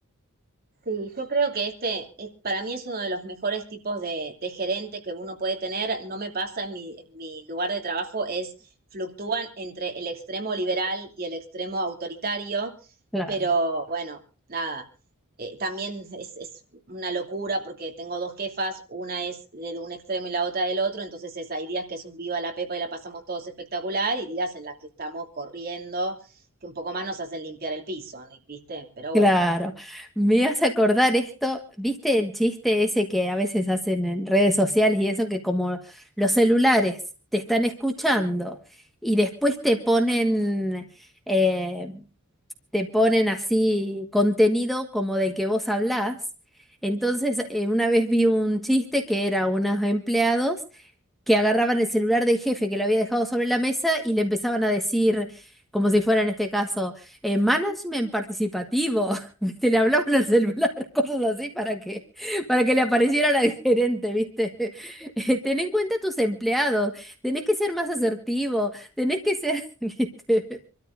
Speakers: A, on the right (about 45°); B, in the centre.
A: Sí, yo creo que este eh, para mí es uno de los mejores tipos de, de gerente que uno puede tener. No me pasa en mi, en mi lugar de trabajo, es fluctúan entre el extremo liberal y el extremo autoritario,
B: Claro,
A: pero bueno, nada. Eh, también es, es una locura porque tengo dos jefas, una es de un extremo y la otra del otro, entonces es, hay días que es un viva la pepa y la pasamos todos espectacular y días en las que estamos corriendo, que un poco más nos hacen limpiar el piso, ¿no? ¿viste? Pero
B: claro.
A: bueno.
B: Me hace acordar esto, ¿viste el chiste ese que a veces hacen en redes sociales y eso que como los celulares te están escuchando y después te ponen, eh, te ponen así contenido como del que vos hablás? Entonces, eh, una vez vi un chiste que era unos empleados que agarraban el celular del jefe que lo había dejado sobre la mesa y le empezaban a decir, como si fuera en este caso, eh, management participativo. <laughs> ¿Viste? Le hablaban al celular, <laughs> cosas así para que, para que le apareciera la gerente, ¿viste? <laughs> Eh, Ten en cuenta a tus empleados, tenés que ser más asertivo, tenés que ser, <laughs> ¿viste?